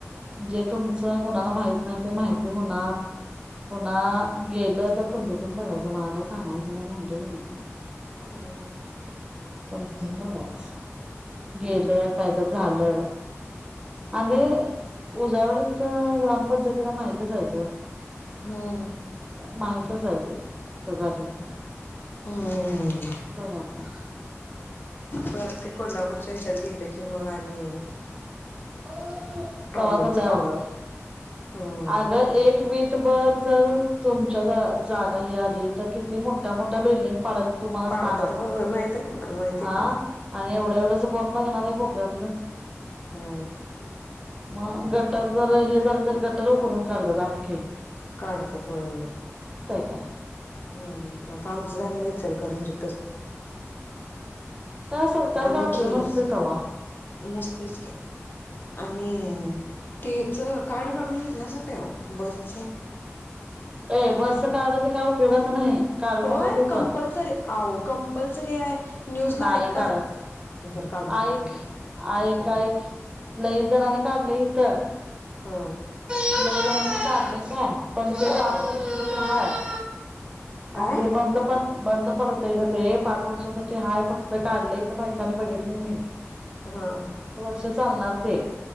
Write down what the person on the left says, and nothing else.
हम्म
हम्म.
हं
हो
परत ते कोल्हापूरच्या ह्याच्यात गेले की, मग आणि
प्रॉब्लेमचं
काम
आहे. हम्म
पाडतात
होय होय माहित आहे की मला माहित आहे की.
हो
काट तर थोय होय
हम आता आमचं झालं नाही च करंजी
आम्ही
केलंच
नसतेच घ आणि ते ह्याच कार्ड काढून घेतलंच काय हो बसच
होय
कंपल्सरी
आो कंपल्सरी आहे न्यूज ला
ऐका
बरं काढू नका
राहू दे
हम्म
हा
हम्म
काय?
हा